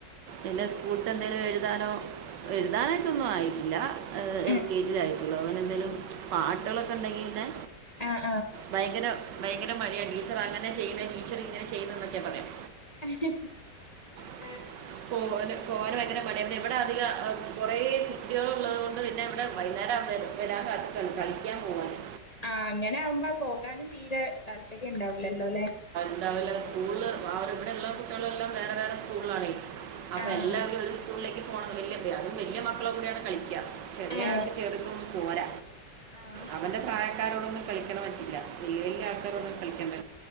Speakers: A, on the right (about 80°); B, on the left (about 25°).
A: എൻ്റെ സ്കൂളത്ത് എന്തേങ്കിലും എഴുതാനോ എഴുതാനായിട്ടൊന്നും ആയിട്ടില്ല എൽ
B: ഉം
A: കെ ജില ആയിട്ടുള്ളൂ അവന എന്തേലും പാട്ടുകളൊക്കെ ഉണ്ടെങ്കിൽ പിന്നെ
B: ആഹ്
A: ഭയങ്കര ഭയങ്കര മടിയാണ് ടീച്ചർ അങ്ങനെ ചെയ്യുന്ന ടച്ചർ ഇങ്ങനെ ചെയ്യത എന്നൊക്കെ പറയാം
B: <inaudible>
A: <inaudible> പോകാൻ ഭയങ്കര മണിയ പി ഇവിടെ അധിക് കുറെ കുട്ടികൾള്ളത് കൊൊണ്ട് പിന്നെ ഇവിടെ വൈകേരം വരാൻ കാത്തിക്കാണ് കളിക്കാൻ പോവാനാന്
B: ആ അങ്ങനെ ആവുമ്പോ പോകാനും തീരെ താല്പര്യം ഉണ്ടാവൂ ല്ലോ അല്ലേ
A: ഉണ്ടാവില്ല സ്കൂളിൽ അവർവിടെ ഉള്ള കുട്ടികളെല്ലാം വേറെ വേറെ സ്കൂളിലാണെ അപ്പൊ
B: ആഹ്
A: എല്ലാവരും ഒരു സ്കൂളിലേക്ക് പോണുന്നത് വലിയ അതും വലിയ മക്കളെൂടാണ് കളിക്കാറ് ചെറിയായിട്ട്
B: ഏഹ്
A: ചെറുതും മര
B: ആഹ്
A: അവന്റെ പ്രായ ആക്കാരോടൊന്നും കളിക്കാൻ പറ്റില്ല വലിയ വലിയ ആൾക്കാരണ കളിക്കേണ്ട